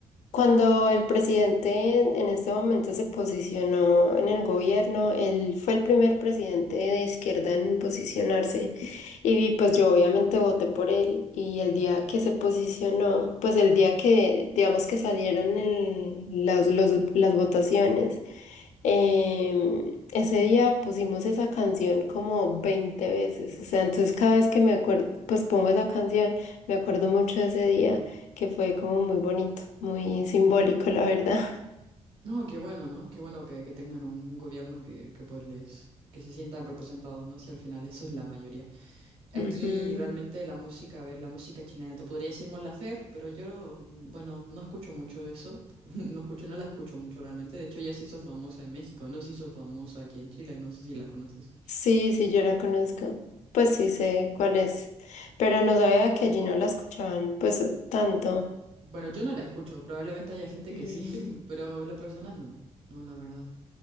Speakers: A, on the left; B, on the right.
A: Cuando el presidente en en este momento se posicionó en el gobierno, él fue el primer presidente de izquierda en posicionarse y vi- pues yo obviamente voté por él y el día que se posicionó, pues el día que digamos que salieron el- las, los- las votaciones, em, ese día pusimos esa canción como 20 veces, o sea, entonces cada vez que me acuerdo, pues pongo esa canción, me acuerdo mucho de ese día que fue como muy bonito, muy simbólico, la verdad.
B: No, qué bueno, ¿no? Qué bueno que, que tengan un gobierno que, que pues les, que se sientan representados, ¿no? Si al final eso es la mayoría. Aquí
A: <laughs> Ujú.
B: realmente la música, a ver, la música chilena, te podría decir Mon Laferte, pero yo, bueno, no escucho mucho eso, <laughs> no escucho, no la escucho mucho realmente, de hecho ya se hizo famosa en México, no se hizo famosa aquí en Chile, no sé si la conoces.
A: Sí, sí, yo la conozco. Pues sí sé cuál es, pero no sabía que allí no la escuchaban, pues tanto.
B: Bueno, yo no la escucho, probablemente haya gente
A: Mm,
B: que sí, <laughs> pero en lo personal no, no, la verdad.